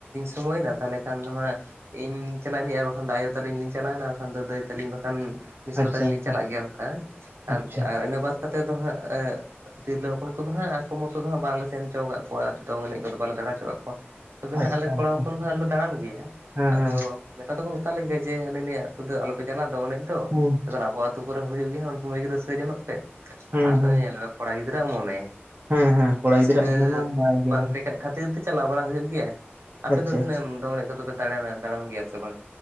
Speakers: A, on the right (about 85°); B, on the right (about 55°).
A: ᱥᱚᱢᱚᱭᱱᱟ ᱛᱟᱦᱚᱞᱮ ᱠᱷᱟᱱ ᱫᱚ ᱦᱟᱸᱜ ᱤᱧ ᱪᱟᱞᱟᱜ ᱱᱟᱹᱧ ᱟᱨ ᱵᱟᱠᱷᱟᱱ ᱫᱚ ᱟᱭᱳ ᱛᱟᱞᱤᱧ ᱞᱤᱧ ᱪᱟᱞᱟᱣᱱᱟ ᱟᱨ ᱵᱟᱠᱷᱟᱱ ᱫᱚ ᱫᱟᱹᱭ ᱛᱟᱹᱞᱤᱧ ᱵᱟᱠᱷᱟᱱ ᱢᱤᱥᱨᱟ
B: ᱟᱪᱪᱷᱟ
A: ᱛᱟᱞᱤᱧ
B: ᱟᱪᱪᱷᱟ
A: ᱞᱤᱧ ᱪᱟᱞᱟᱜ ᱜᱮᱭᱟ ᱚᱱᱠᱟ ᱾ ᱟᱨ
B: ᱟᱪᱪᱷᱟ
A: ᱟᱨ ᱤᱱᱟᱹ ᱵᱟᱫᱽ ᱠᱟᱛᱮ ᱫᱚ ᱦᱟᱸᱜ ᱮ ᱛᱤᱨᱞᱟᱹ ᱦᱚᱯᱚᱱ ᱠᱚᱫᱚ ᱦᱟᱸᱜ ᱟᱠᱚ ᱢᱚᱛᱚ ᱫᱚ ᱦᱟᱸᱜ ᱵᱟᱝᱞᱮ ᱥᱮᱱ ᱪᱚ ᱠᱟᱫ ᱠᱚᱣᱟ ᱫᱚᱝ ᱮᱱᱮᱡ ᱠᱚᱫᱚ ᱵᱟᱞᱮ ᱫᱟᱬᱟ ᱪᱚ ᱠᱟᱫ ᱠᱚᱣᱟ ᱾ ᱛᱚᱵᱮ ᱦᱟᱸᱜ
B: ᱟᱪᱪᱷᱟ
A: ᱟᱞᱮ ᱠᱚᱲᱟ
B: ᱟᱪᱪᱷᱟ
A: ᱦᱚᱯᱚᱱ ᱫᱚᱞ ᱞᱮ ᱫᱟᱬᱟᱱ ᱜᱮᱭᱟ,
B: ᱦᱮᱸ
A: ᱟᱫᱚ
B: ᱦᱮᱸ
A: ᱢᱮᱛᱟ ᱫᱚᱠᱚ ᱢᱮᱛᱟ ᱞᱮ ᱜᱮᱭᱟ ᱡᱮ ᱦᱟᱹᱱᱤ ᱱᱤᱭᱟᱹ ᱟᱹᱛᱩ ᱫᱚ ᱟᱞᱚ ᱯᱮ ᱪᱟᱞᱟᱜᱼᱟ ᱫᱚᱝ ᱮᱱᱮᱡ ᱫᱚ
B: ᱦᱩᱸ
A: ᱾ ᱡᱚᱠᱷᱚᱱ ᱟᱵᱚᱣᱟᱜ ᱟᱹᱛᱩ ᱠᱚᱨᱮ ᱦᱚᱸ ᱦᱩᱭᱩᱜ ᱜᱮᱭᱟ ᱩᱱ ᱥᱚᱢᱚᱭ ᱜᱮ ᱨᱟᱹᱥᱠᱟᱹ ᱡᱚᱱᱚᱜ ᱯᱮ ᱾
B: ᱦᱩᱸ
A: ᱟᱫᱚ
B: ᱦᱩᱸ
A: ᱧᱮᱞ ᱢᱮ ᱠᱚᱲᱟ ᱜᱤᱫᱽᱨᱟᱹᱣᱟᱜ ᱢᱚᱱᱮ
B: ᱦᱮᱸ ᱦᱮᱸ ᱠᱚᱲᱟ
A: ᱨᱟᱹᱥᱠᱟᱹ
B: ᱜᱤᱫᱽᱨᱟᱹᱣᱟᱜ ᱢᱚᱱᱮ ᱢᱟ ᱵᱟᱭ ᱜᱮᱭᱟ
A: ᱵᱟᱝ
B: ᱟᱪᱪᱷᱟ
A: ᱴᱮᱠᱟᱜ ᱠᱷᱟᱹᱛᱤᱨ ᱛᱮ ᱪᱟᱞᱟᱣ ᱵᱟᱲᱟ ᱦᱩᱭᱩᱜ ᱜᱮᱭᱟ ᱾ ᱟᱯᱮ
B: ᱟᱪᱪᱷᱟ
A: ᱫᱚ ᱛᱤᱱᱟᱹᱜ ᱜᱟᱱ ᱫᱚᱝ ᱮᱱᱮᱡ ᱠᱚᱫᱚ ᱯᱮ ᱫᱟᱲᱮᱱᱟ ᱫᱟᱲᱟᱱ ᱜᱮᱭᱟ ᱥᱮ ᱵᱟᱝ?